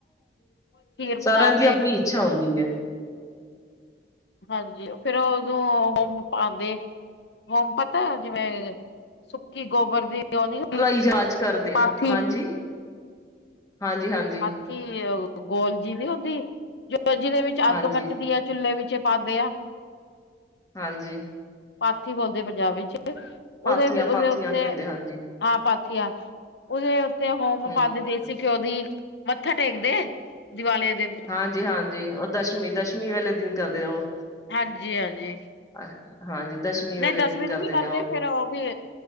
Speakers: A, on the left (about 70°); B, on the left (about 20°).
A: ਬਣਾਉਂਦੇ
B: ਸਾਰਿਆਂ ਦੀ ਆਪਣੀ ਇੱਛਾ ਹੁੰਦੀ ਹੈ।
A: ਹਾਂਜੀ ਫੇਰ ਉਦੋਂ ਉਹ ਆਪਦੇ ਗੋਮਪਤਾ, ਜਿਵੇਂ ਸੁੱਕੀ ਗੋਬਰ ਦੀ ਉਹ ਨੀ
B: ਇਜਾਜ ਕਰਦੇ
A: ਪਾਥੀ
B: ਆ ਹਾਂਜੀ- ਹਾਂਜੀ ਹਾਂਜੀ।
A: ਕਿ ਗੋਲਜੀ ਨਹੀਂ ਦੀ ਹੁੰਦੀ ਜੋ ਜਿਦੇ ਵਿੱਚ
B: ਹਾਂਜੀ
A: ਅੱਗ ਮੱਚਦੀ ਹੈ। ਚੁੱਲ੍ਹੇ ਵਿੱਚ ਪਾਂਦੇ ਆ।
B: ਹਾਂਜੀ
A: ਪਾਥੀ ਬੋਲਦੇ ਪੰਜਾਬੀ ਵਿੱਚ ਉਹਦੇ
B: ਪਾਥੀਆਂ
A: ਉਹਦੇ
B: ਪਾਥੀਆਂ
A: ਉੱਤੇ।
B: ਕਹਿੰਦੇ ਹਾਂਜੀ
A: ਹਾਂ, ਪਾਥੀਆ ਉਦੇ ਉੱਤੇ ਹੋਮ
B: ਹਮ
A: ਪਾਂਦੀ ਦੇਸੀ ਘਿਓ ਦੀ। ਮੱਥਾ ਟੇਕਦੇ ਦੀਵਾਲੀ ਦੇ ਦਿਨ।
B: ਹਾਂਜੀ -ਹਾਂਜੀ ਉਹ ਦਸਮੀ ਦਸ਼ਮੀ ਵਾਲੇ ਦਿਨ ਕਰਦੇ ਆ ਉਹ
A: ਹਾਂਜੀ- ਹਾਂਜੀ,
B: ਅਹ ਹਾਂਜੀ ਦਸ਼ਮੀ ਵਾਲੇ
A: ਨਹੀਂ ਦਸਵੀਂ
B: ਦਿਨ
A: ਤੋਂ ਵੀ
B: ਨੇ
A: ਕਰਦੇ ਫੇਿਰ ਉਹ ਵੀ